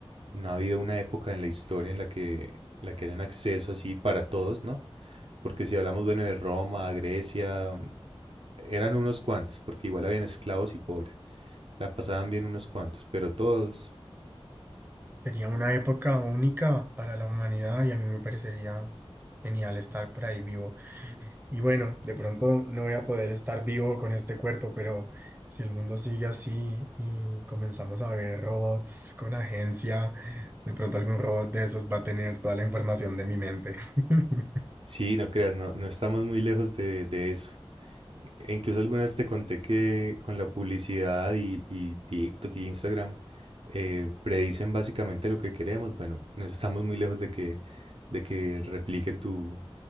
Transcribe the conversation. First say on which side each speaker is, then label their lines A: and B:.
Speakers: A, on the right (about 65°); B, on the right (about 20°).
A: no ha habido una época en la historia en la que, en la que haya un acceso así para todos, ¿no? Porque si hablamos, bueno, de Roma, Grecia, eran unos cuantos, porque igual habían esclavos y pobres, la pasaban bien unos cuantos, pero todos,
B: Sería una época única para la humanidad y a mí me parecería genial estar por ahí vivo. Y bueno, de pronto no voy a poder estar vivo con este cuerpo, pero si el mundo sigue así y comenzamos a ver robots con agencia, de pronto algún robot de esos va a tener toda la información de mi mente. <laughs>
A: sí, no creas, no, no estamos muy lejos de de eso. E- Incluso alguna vez te conté que con la publicidad y, y TikTok y Instagram eh, predicen básicamente lo que queremos. Bueno, no estamos muy lejos de que, de que repliquen tu,